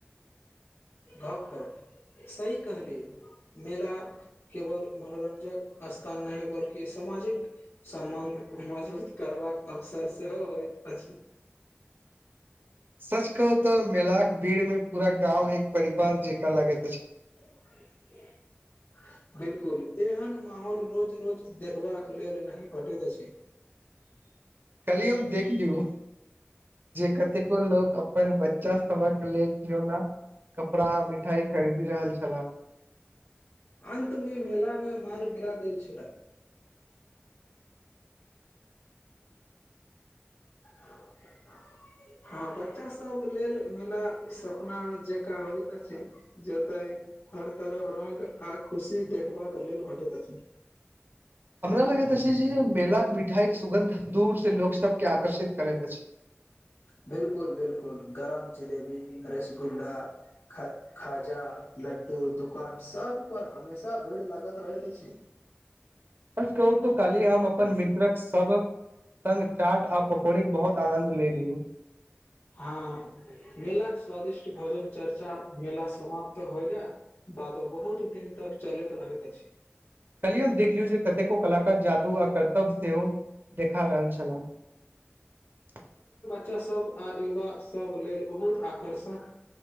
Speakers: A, on the left (about 75°); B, on the right (about 50°).
A: घप सही कहली मेला केवल मनोरंजक स्थान नहि बल्कि सामाजिक संबंध करवाक अवसर सेहो होयत अछि
B: सच कहू तऽ मेलाक भीड़ में पूरा गाँव एक परिवार जका लगैत अछि
A: <unintelligible> बिल्कुल एहन माहौल रोज रोज देखबाक लेल नहि भेटैत अछि
B: <unintelligible> कल्हि हम देख लियौ जे कतेको लोग अपन बच्चा सब के लेल खिलौना कपड़ा मिठाई खरीदी रहल छला
A: अन्तमे मेलामे माल गिरा देल छला
B: <unintelligible>
A: <unintelligible> हँ बच्चा सब लेल मेला सपना जकाँ होइत अछि जतै हर तरफ रंग आ खुशी देखबाक लेल भेटैत अछि
B: हमरा लगैत अछि जे मेलाके मिठाईक सुगन्ध दूर से लोक सब के आकर्षित करैत अछि।
A: बिलकुल बिलकुल गरम जिलेबी रसगुल्ला ख खाजा लड्डू दुकान सब पर हमेशा भीड़ लागत रहैत अछि।
B: सच कहु तऽ काली हम अपन मित्रक सभक संगङ्ग चाट आ पकौड़ीक बहुत आनन्द ले लियौ।
A: हँ मेलाके स्वादिष्ट भोजन चर्चा मेला समाप्त होइ लय बादो बहुत दिन तक चलैत रहैत अछि।
B: खली हम देख लियौ जे कतेको कलाकार जादू आ कर्तव्य सेहो देखा रहल छलाह।
A: बच्चासभ आ युवासभ लेल बहुत आकर्षक